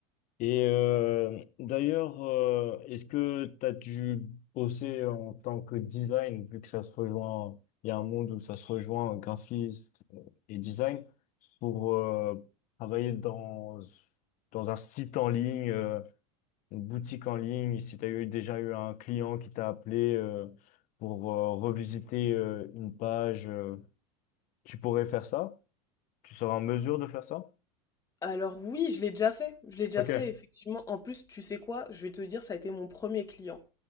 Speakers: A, on the left (about 45°); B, on the left (about 20°).
A: Et euh, d'ailleurs, euh, est-ce que tu as dû bosser en tant que design, vu que ça se rejoint, il y a un monde où ça se rejoint, euh, graphiste euh, et design, pour euh, travailler dans, dans un site en ligne, euh, Une boutique en ligne, si tu as eu, déjà eu un client qui t'a appelé euh, pour euh, revisiter euh, une page, euh, tu pourrais faire ça? Tu seras en mesure de faire ça?
B: Alors oui, je l'ai déjà fait. Je l'ai déjà
A: Ok.
B: fait, effectivement. En plus, tu sais quoi? Je vais te dire, ça a été mon premier client.